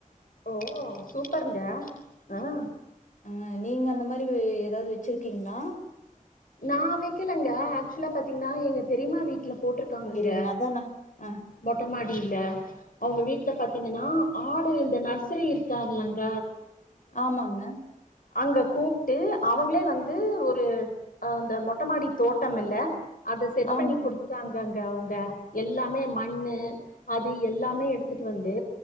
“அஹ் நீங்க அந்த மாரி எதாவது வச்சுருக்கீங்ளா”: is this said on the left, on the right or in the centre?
Left